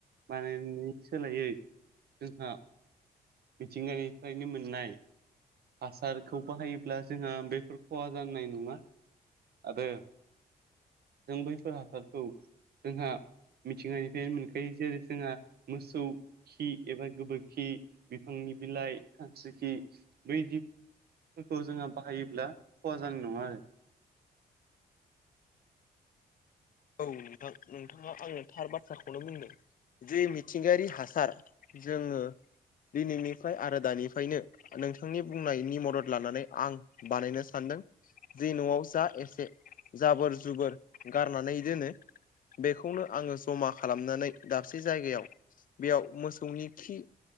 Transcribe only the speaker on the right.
बानायनायनि सोलायै जोंहा मिथिंगानिफ्रायनो मोननाय हासारखौ बाहायोब्ला जोंहा बेफोर खहा जानायानाय नङा आरो जों बैफोर हासारखौ जोंहा मिथिंगानिफ्रायनो मोनखायो जेरै जोंहा मोसौ खि एबा गोबोरखि बिफांनि बिलाइ खानस्रि खि बै दिफोरखौ जोंहा बाहायोब्ला खहा जानाय नङा आरो